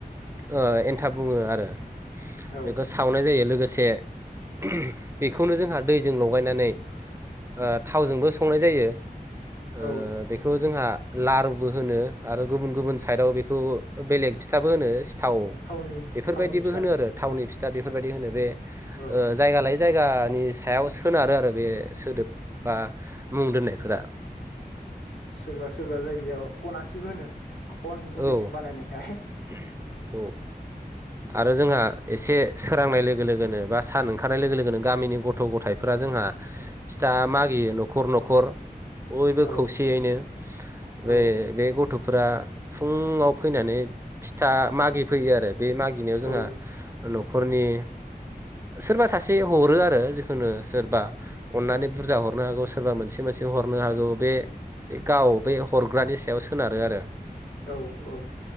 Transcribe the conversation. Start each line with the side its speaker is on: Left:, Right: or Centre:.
Right: ओ एन्थाब बुङो आरो
Left: औ
Right: बेखौ सावनाय जायो लोगोसे <inaudible> बेखौनो जोंहा दैजों लगायनानै ओ थावजोंबो संनाय जायो। ओ
Left: औ
Right: बेखौ जोंहा लारुबो होनो आरो गुबुन गुबुन साइदआव बेखौ बेलेग फिथाबो होनो। थाव
Left: थावनि
Right: बेफोरबायदिबो
Left: थावनि फिथा
Right: होनो आरो थावनि
Left: औ
Right: फिथा बेफोरबायदि
Left: औ
Right: होनो बे
Left: औ
Right: जायगा लायै जायगानि सायाव सोनारो आरो बे सोदोब बा मुं दोननायफोरा‌।
Left: सोरबा सोरबा जायगायाव अनासिबो होनो अन गुन्दैजों
Right: औ
Left: बानायनायखाय।
Right: <inaudible> औ। आरो जोंहा एसे सोरांनाय लोगो लोगोनो बा सान ओंखारनाय लोगो लोगोनो गामिनि गथ' गथायाइफोरा जोंहा फिथा मागियो न'खर न'खर बयबो
Left: औ
Right: खौसेयैनो बे
Left: औ
Right: बे गथ' फोरा फुङाव फैनानै फिथा मागि फैयो आरो। बे मागिनायाव जोंहा
Left: औ
Right: न'खरनि सोरबा सासे हरो आरो जिखुनु सोरबा अननानै बुरजा हरनो हागौ सोरबा मोनसे मोनसे हरनो हागौ बे गाव बे हरग्रानि सायाव सोनारो आरो।
Left: औ औ।